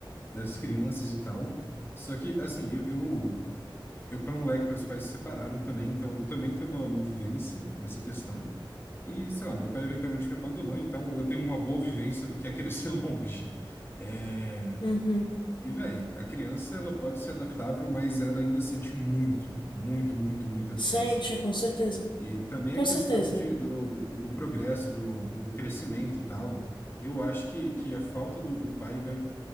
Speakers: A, on the left; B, on the left.
A: das crianças e tal. Só que, assim, eu, eu, eu quando moleque, meus pais se separaram também, então eu também tenho uma, uma vivência dessa questão. E, sei lá, meu pai eventualmente me abandonou, então eu tenho uma boa vivência do que é crescer <laughs> longe. É,
B: Uhum.
A: E, velho, a criança, ela pode ser adaptável, mas ela ainda sente muito, muito, muito, muito a distância.
B: Sente, com certeza.
A: E também
B: Com
A: a questão
B: certeza.
A: de, do, do, do progresso, do, do crescimento e tal, eu acho que, que a falta do, do pai vai,